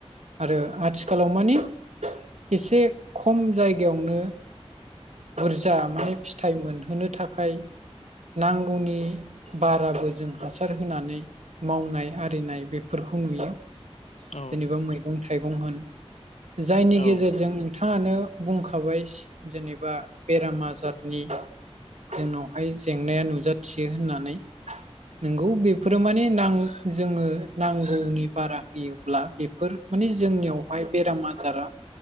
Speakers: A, on the right (about 85°); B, on the left (about 80°).
A: आरो आथिखालाव मानि एसे खम जायगायावनो बुरजा
B: औ
A: माने फिथाइ मोनहोनो थाखाय नांगौनि बाराबो जों हासार होनानै मावनाय आरिनाय बेफोरखौ नुयो
B: औ
A: जेनेबा मैगं थाइगं होन जायनि
B: औ
A: गेजेरजों नोंथाङानो बुंखाबाय जेनेबा बेराम आजारनि जोंनावहाय जेंनाया नुजाथियो होननानै नोंगौ बेफोरो माने जोङो नांगौनि बारा होयोब्ला बेफोर माने जोंनियावहाय बेराम आजारा